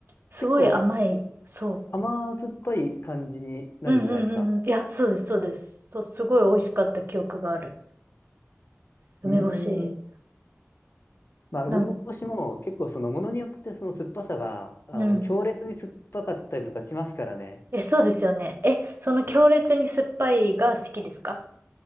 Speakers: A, on the right; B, on the left.
A: すごい甘い。
B: 結構
A: そ
B: 甘酸っぱい感じになるんじゃないですか。
A: う。うんうんうんうん。いや、そうです、そうです。そう、すごい美味しかった記憶がある。梅干し。
B: うーん、まあ、
A: なんか、
B: 梅干しも結構そのものによってその酸っぱさが、あの、
A: うん。
B: 強烈に酸っぱかったりとかしますからね。
A: え、そうですよね。え、その強烈に酸っぱいが好きですか